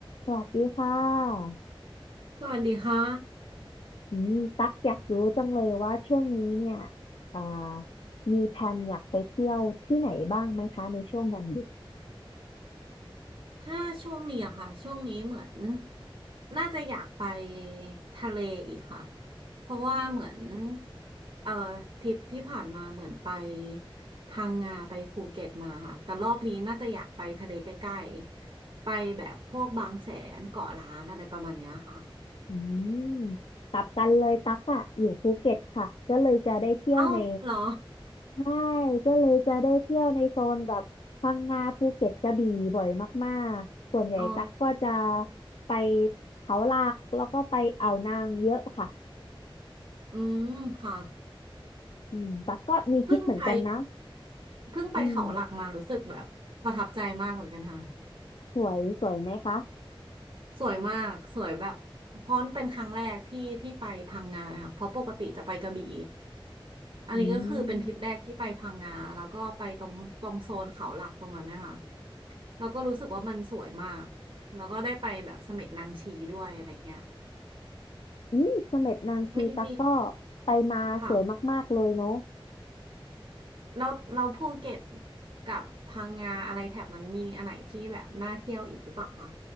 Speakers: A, on the left; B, on the right.
A: สวัสดีค่ะ
B: สวัสดีค่ะ
A: อืมตักอยากรู้จังเลยว่าช่วงนี้เนี่ยอ่ามีแพลนอยากไปเที่ยวที่ไหนบ้างไหมคะในช่วงวันหยุด
B: ถ้าช่วงนี้อะค่ะช่วงนี้เหมือนน่าจะอยากไปทะเลอีกค่ะเพราะว่าเหมือนเอ่อทริปที่ผ่านมาเหมือนไปพังงาไปภูเก็ตมาค่ะแต่รอบนี้น่าจะอยากไปทะเลใกล้ๆไปแบบพวกบางแสนเกาะล้านอะไรประมาณเนี้ยค่ะ
A: อืมกลับกันเลยตักอะอยู่ภูเก็ตค่ะก็เลยจะได้เที่ยวใน
B: เอ้าเหรอ
A: ใช่ก็เลยจะได้เที่ยวในโซนแบบพังงาภูเก็ตกระบี่บ่อยมากๆ ส่วนใหญ่ตักก็จะ
B: <laughs> อ๋อ
A: ไปเขาหลักแล้วก็ไปอ่าวนางเยอะค่ะ
B: อืมค่ะ
A: อืมตักก็มีคิดเหมือนกันนะ
B: เพิ่งไปเพิ่งไปเขาหลักมารู้สึกแบบประทับใจมากเหมือนกันค่ะ
A: อืมสวยสวยไหมคะ
B: สวยมากสวยแบบเพราะเป็นครั้งแรกที่ที่ไปพังงาเลยค่ะเพราะปกติจะไปกระบี่อันนี้ก็คือเป็นทริปแรกที่ไปพังงาแล้วก็ไปตรงตรงโซนเขาหลักตรงนั้นเนะคะ
A: อืม
B: แล้วก็รู้สึกว่ามันสวยมากแล้วก็ได้ไปแบบเสม็ดนางชีด้วยอะไรเงี้ย
A: อืมเสม็ดนางชีตะกร้อ
B: มีมี
A: ไปมาสวยมากๆเลยเนาะ
B: ค่ะเราเราภูเก็ตกับพังงาอะไรแถบนั้นมีอันไหนที่แบบน่าเที่ยวอีกหรือเปล่าคะ